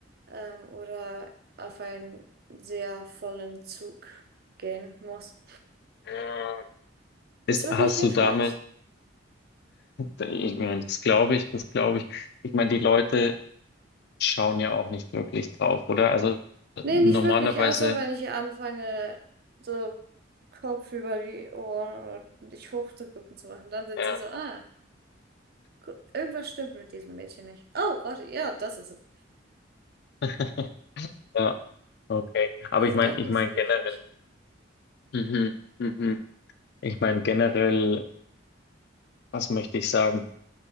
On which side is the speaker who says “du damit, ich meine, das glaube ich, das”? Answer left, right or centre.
Left